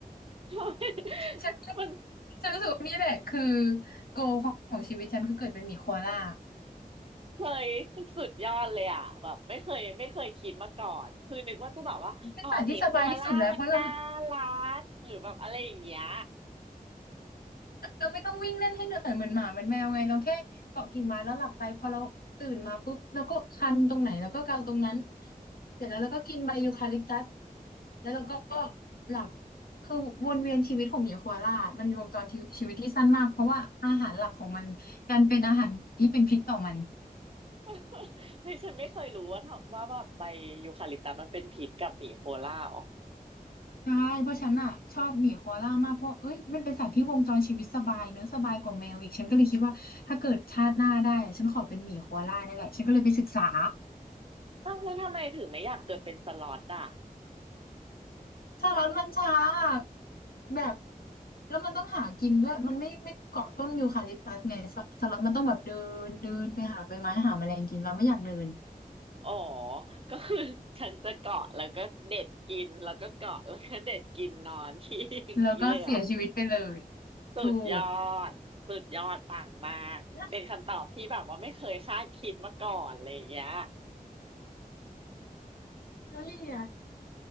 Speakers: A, on the right; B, on the left.
A: <laughs>
B: ฉัน
A: มัน
B: ฉันรู้สึกว่านี่แหละคือโกของชีวิตฉันคือเกิดเป็นหมีโคอาล่า
A: เคยสุดยอดเลยอะแบบไม่เคยไม่เคยคิดมาก่อนคือนึกว่าจะแบบว่าอ๋อหมีโคอาล่ามันน่ารักหรือแบบอะไรอย่างเงี้ย
B: เป็นสัตว์ที่สบายที่สุดแล้วเพราะเราเราไม่ต้องวิ่งเล่นให้เหนื่อยเหมือนหมาเหมือนแมวไงเราแค่เกาะกิ่งไม้แล้วหลับไปพอเราตื่นมาปุ๊บเราก็คันตรงไหนเราก็เกาตรงนั้นเสร็จแล้วเราก็กินใบยูคาลิปตัสแล้วเราก็หลับคือวนเวียนชีวิตของหมีโคอาล่ามันมีวงจรชีวิตที่สั้นมากเพราะว่าอาหารหลักของมันดันเป็นอาหารที่เป็นพิษต่อมัน
A: <laughs> เฮ้ยฉันไม่เคยรู้ว่าว่าแบบใบยูคาลิปตัสมันเป็นพิษกับหมีโคล่าอ๋อ
B: ใช่เพราะฉันอ่ะชอบหมีโคอาล่ามากเพราะเอ้ยมันเป็นสัตว์ที่วงจรชีวิตสบายเนอะสบายกว่าแมวอีกฉันก็เลยคิดว่าถ้าเกิดชาติหน้าได้อะฉันขอเป็นหมีโคอาล่านั่นแหละฉันก็เลยไปศึกษา
A: อ้าวแล้วทำไมถึงไม่อยากเกิดเป็นสล็อตอ่ะ
B: แล้มันช้าแบบแล้วมันต้องหากินด้วยมันไม่ไม่เกาะต้นยูคาลิปตัสไงสสลันมันต้องแบบเดินเดินไปหาใบไม้หาแมลงกินเราไม่อยากเดิน
A: อ๋อก็คือฉันจะเกาะแล้วก็เด็ดกินแล้วก็เกาะแล้วก็เด็ดกินนอนที่ <laughs> อย่างนี้เลยเหรอ
B: <laughs> แล้วก็เสียชีวิตไปเลย
A: สุดยอดสุดยอดปังมากเป็นคำตอบที่แบบว่าไม่เคยคาดคิดมาก่อนเลยางเงี้ย
B: ถูกแลนวลี่อะ